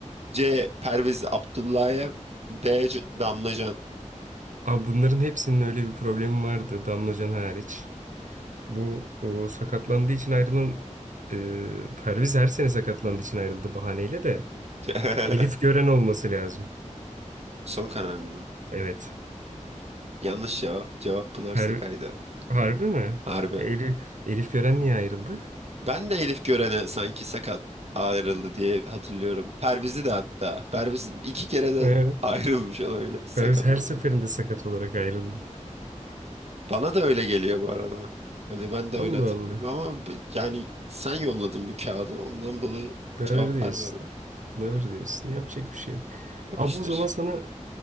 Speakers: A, on the right (about 55°); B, on the right (about 75°).
A: C. Perviz Abdullayev D. C- Damla
B: Abi bunların hepsinin öyle bir problemi vardı Damlacan hariç. Bu o, sakatlandığı için ayrılan e, Perviz her sene sakatlandığı için ayrıldı bahaneyle de.
A: <laughs>
B: Elif Gören olması lazım.
A: Son kararın mı?
B: Evet.
A: Yanlış cevap. Cevap Pınar
B: Per,
A: Saka'ydı.
B: harbi mi?
A: Harbi.
B: Elif, Elif Gören niye ayrıldı?
A: Ben de Elif Gören'e sanki sakat ayrıldı diye hatırlıyorum. Perviz'i de hatta. Perviz iki kere de
B: Ee,
A: ayrılmış olabilir. Sakat
B: Perviz her
A: oldu.
B: seferinde sakat olarak ayrıldı.
A: Bana da öyle geliyor bu arada. Hani ben de öyle
B: Allah
A: hatırlıyorum
B: Allah.
A: ama b- yani sen yolladın bu kağıdı. Ondan dolayı
B: Doğru
A: cevaplar
B: diyorsun.
A: böyle.
B: Doğru diyorsun. Yapacak bir şey yok.
A: Yapıştır.
B: Abi o zaman sana